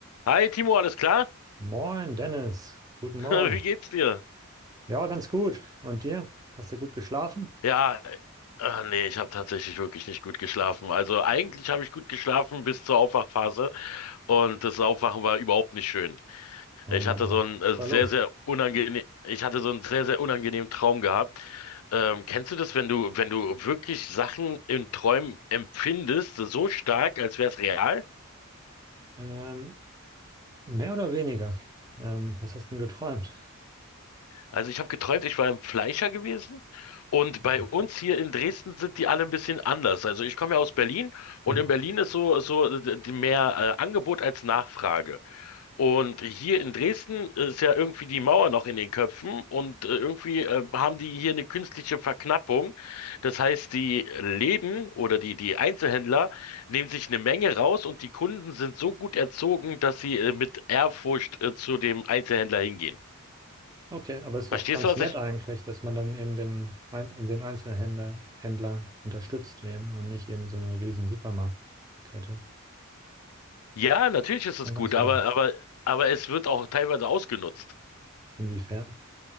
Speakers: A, on the left (about 80°); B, on the right (about 15°).
A: Hi Timo, alles klar?
B: Moin, Dennis. Guten
A: <laughs>
B: Morgen.
A: Wie geht's dir?
B: Ja, ganz gut. Und dir? Hast du gut geschlafen?
A: Ja, ah, nee, ich habe tatsächlich wirklich nicht gut geschlafen. Also eigentlich habe ich gut geschlafen bis zur Aufwachphase und das Aufwachen war überhaupt nicht schön.
B: Oh
A: Ich
B: Mann,
A: hatte
B: oh Mann,
A: so einen
B: was
A: äh,
B: ist da
A: sehr,
B: los?
A: sehr unangenehm, ich hatte so einen sehr, sehr unangenehmen Traum gehabt. Ähm, kennst du das, wenn du, wenn du wirklich Sachen in Träumen empfindest, so stark, als wäre es real?
B: Ähm, mehr oder weniger? Ähm, was hast du denn geträumt?
A: Also ich habe geträumt, ich war im Fleischer gewesen und bei
B: Okay.
A: uns hier in Dresden sind die alle ein bisschen anders. Also ich komme ja aus Berlin und
B: Mhm.
A: in Berlin ist so so d- d- mehr äh, Angebot als Nachfrage. Und hier in Dresden ist ja irgendwie die Mauer noch in den Köpfen und äh, irgendwie äh, haben die hier eine künstliche Verknappung. Das heißt, die Läden oder die die Einzelhändler nehmen sich eine Menge raus und die Kunden sind so gut erzogen, dass sie äh, mit Ehrfurcht äh, zu dem Einzelhändler hingehen.
B: Okay, aber ist
A: Verstehst
B: doch ganz
A: du, was
B: nett
A: ich
B: eigentlich, dass man dann eben dem, Ein- den Einzelhändler Händler unterstützt eben und nicht eben so eine riesen Supermarktkette.
A: Ja, natürlich ist
B: Ist schon
A: es gut,
B: ganz
A: aber,
B: nett.
A: aber, aber es wird auch teilweise ausgenutzt.
B: Inwiefern?